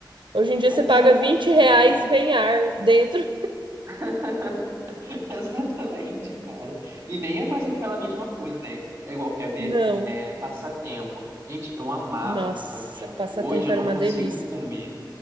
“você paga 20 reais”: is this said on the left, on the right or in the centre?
Right